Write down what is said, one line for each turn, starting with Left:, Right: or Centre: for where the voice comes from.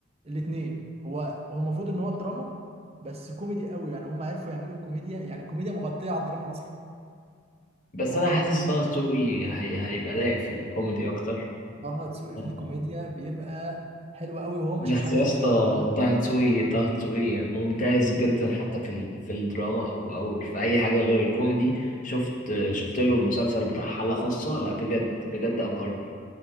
Right: الاثنين هو هو المفروض ان هو دراما بس كوميدي قوي يعني هم عرفوا يعملوا كوميديا يعني كوميديا مغطيه على الدراما اصلا
Left: بس أنا
Right: اللي
Left: حاسس طه دسوقي هي هيبقى لايق في الكوميدي أكتر
Right: طه دسوقي
Left: آه.
Right: في الكوميديا بيبقى حلو قوي وهو
Left: بس
Right: مش حاسس
Left: يا اسطى
Right: او انت
Left: طه دسوقي طه دسوقي ممتاز جدا حتى في ال- في الدراما أو أو في أي حاجة غير الكوميدي شفت شفت له المسلسل بتاع حالة خاصة لا بجد بجد أبهرني